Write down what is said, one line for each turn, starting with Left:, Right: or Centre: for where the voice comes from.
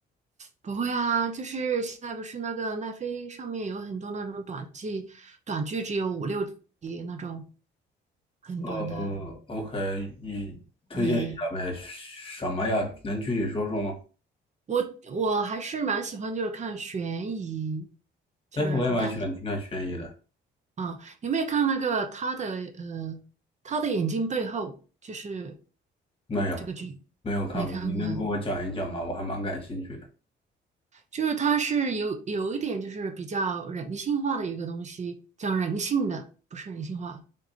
Right: 不会啊，就是现在不是那个奈飞上面有很多那种短剧，短剧只有五六集那种，很短的。
Left: 呃，OK，你推荐一下呗？
Right: 对，
Left: 什么呀？能具体说说吗？
Right: 我我还是蛮喜欢，就是看悬疑，就是带。
Left: 哎，我也蛮喜欢听看悬疑的，
Right: 啊，你有没有看那个他的呃，他的眼睛背后就是
Left: 没有，
Right: 这个剧，
Left: 没有看过，
Right: 没看过呀？
Left: 你能跟我讲一讲吗？我还蛮感兴趣的。
Right: 就是它是有有一点就是比较人性化的一个东西，讲人性的，不是人性化，